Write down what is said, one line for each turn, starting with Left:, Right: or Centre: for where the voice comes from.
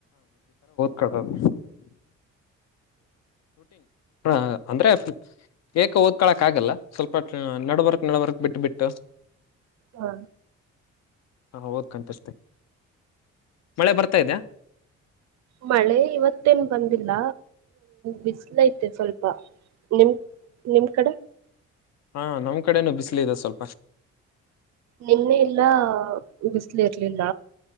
Left: ಕಕ <inaudible> ಹ ಅಂದ್ರೆ ಬೇಕ ಓದ್ಕೊಳಕ್ ಆಗಲ್ಲ ಸ್ವಲ್ಪ ನಡ್ಬರ್ಕ್ ನಡ್ಬರ್ಕ್ ಬಿಟ್ಟು ಬಿಟ್ಟು
Right: ಹಾ
Left: ಹಾ ಹ ಓದ್ ಕನಪಿಸತೆ ಮಳೆ ಬರ್ತಾ ಇದ್ಯಾ
Right: ಮಳೆ ಇವತ್ತೇನ್ ಬಂದಿಲ್ಲ ಬಿಸಲ ಐತೆ ಸ್ವಲ್ಪ ನಿಮ ನಿಮ್ ಕಡೆ
Left: ಹಾ ನಮ್ ಕಡೆನುೂ ಬಿಸಿಲ ಇದೆ ಸ್ವಲ್ಪ
Right: ನಿಮ್ನೆ ಇಲ್ಲ ಬಿಸಿಲಿ ಇರ್ಲಿಲ್ಲ